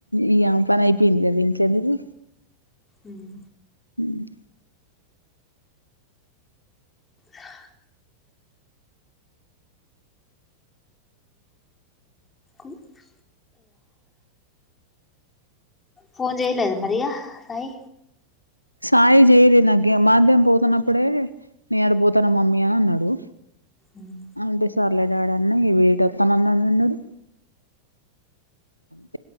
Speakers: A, on the left; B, on the left.
A: ఈ ఆమె పని అయిపోయింది కదా ఇంకెందుకు
B: ఉమ్
A: ఉమ్
B: హా ఉమ్ ఫోన్ చేయలేదా మరి ఇగ సాయి
A: సాయి చేయలే నాకు మాధ్యం పోతున్నప్పుడే నే ఆడిపోతాను మమ్మీ అని అన్నాడు
B: ఉమ్
A: అంటే సర్లే డాడీ అన్న ఈ వెయిట్ వత్తాన్నా అన్నాడు ఇగం